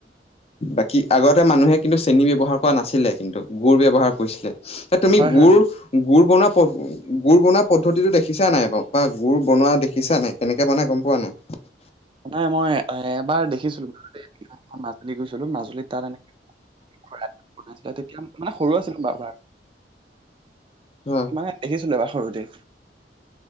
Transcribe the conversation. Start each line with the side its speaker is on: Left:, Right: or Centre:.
Left: বাকী আগতে মানুহে কিন্তু চেনি ব্যৱহাৰ কৰা নাছিলে কিন্তু গুৰ ব্যৱহাৰ কৰিছিলে! এ তুমি
Right: অ', হয়,
Left: গুড
Right: হয়, হয়।
Left: গুড়ৰ বনোৱা প, গুড় বনোৱা পদ্ধতিটো দেখিছা নাই বাও বা গুৰ বনোৱা দেখিছা নাই কেনেকে বনাই গম পোৱা নাই?
Right: নাই মই এবাৰ দেখিছিলো বাৰু ম, গৈছিলো মাজুলীত তাত এনেক ঘ <unintelligible> বনাইছিলে তেতিয়া মানে সৰু আছিলো বাৰ বাৰ
Left: হয়
Right: মানে, দেখিছিলো এবা সৰুতে